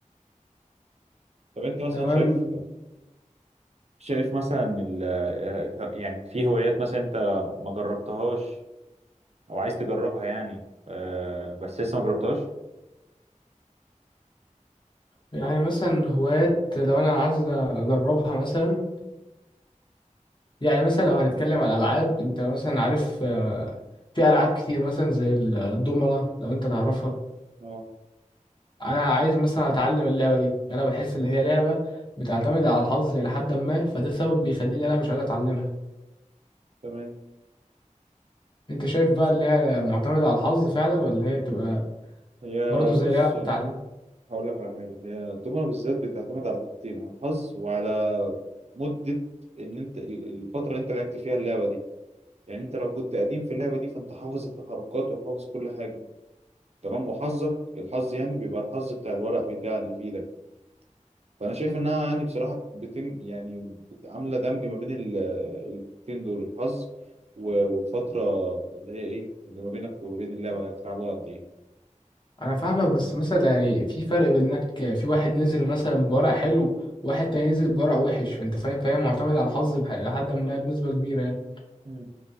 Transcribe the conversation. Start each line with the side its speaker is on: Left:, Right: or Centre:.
Right: طب انت مثلا
Left: تمام
Right: شايف شايف مثلا ال... آه، يعني في هوايات مثلا انت ما جربتهاش او عايز تجربها يعني آه، بس لسه ما جربتهاش
Left: يعني مثلا هوايات لو أنا عايز أجربها مثلا يعني مثلا لو هنتكلم على الألعاب انت مثلا عارف آه، في ألعاب كتير مثلا زي الضمنة لو انت تعرفها
Right: اه
Left: أنا عايز مثلا أتعلم اللعبة دي أنا بحس إن هي لعبة بتعتمد على الحظ إلى حد ما فده سبب بيخليني أنا مش عايز أتعلمها
Right: تمام
Left: انت شايف بقى اللي هي معتمدة على الحظ فعلا ولا هي بتبقى
Right: هي
Left: برضه زي
Right: بص
Left: لعبة تعليم
Right: هقول لك على حاجة هي الدومنة بالذات بتعتمد على حاجتين على الحظ وعلى مدة ان انت ال- الفترة اللي انت لعبت فيها اللعبة دي يعني انت لو كنت قديم في اللعبة دي فانت حافظ التحركات وحافظ كل حاجة تمام وحظك الحظ يعني بيبقى الحظ بتاع الورق بتاع اللي في ايدك فانا شايف انها يعني بصراحه بتن يعني بت- عامله دمج ما بين ال- الحاجتين دول الحظ و- والفتره اللي هي ايه اللي ما بينك وما بين اللعبه يعني بتلعبوها قد ايه
Left: انا فاهمك بس مثلا يعني في فرق بين انك في واحد نزل مثلا بورق حلو وواحد تاني نزل بورق وحش فانت فاهم فهي معتمدة على الحظ بح- لحد ما بنسبة كبيرة يعني
Right: مم.